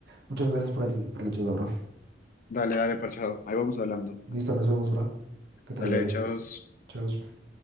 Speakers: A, on the right; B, on the left.
A: Muchas gracias por, el- por la ayuda, bro.
B: dale, dale, parchado, ahí vamos hablando,
A: Listo, nos vemos, bro. Que te
B: dale,
A: vaya bien.
B: chavos.
A: Chao.